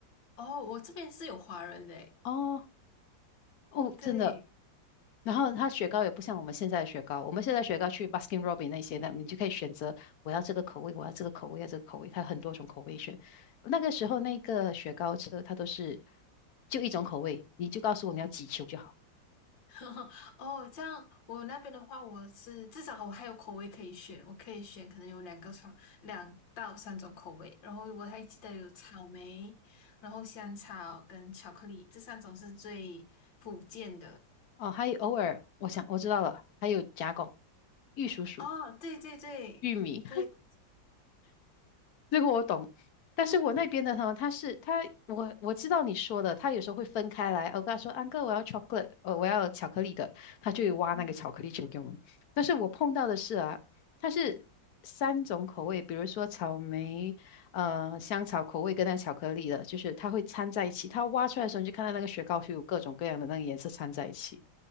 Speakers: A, on the left (about 70°); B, on the left (about 55°).
A: 哦，我这边是有华人的诶，
B: 哦哦，
A: 对。
B: 真的。然后它雪糕也不像我们现在的雪糕，我们现在雪糕去 Baskin Robbins 那些，那你就可以选择我要这个口味，我要这个口味，要这个口味，它很多种口味选。那个时候那个雪糕车它都是就一种口味，你就告诉我你要几球就好。
A: <laughs> 哦，这样我那边的话，我是至少我还有口味可以选，我可以选可能有两个双两到三种口味，然后我还记得有草莓，然后香草跟巧克力这三种是最普遍的。
B: 哦，还有偶尔我想我知道了，还有夹拱、玉蜀黍、
A: 哦，对对对对，
B: 玉米。这个我懂，但是我那边的呢，他是他，我我知道你说的，他有时候会分开来。我跟他说，安哥，我要 chocolate，呃，我要巧克力的，他就会挖那个巧克力球给我们。
A: 嗯
B: 但是我碰到的是啊，它是三种口味，比如说草莓、呃香草口味跟那巧克力的，就是它会掺在一起。它挖出来的时候，你就看到那个雪糕是有各种各样的那个颜色掺在一起。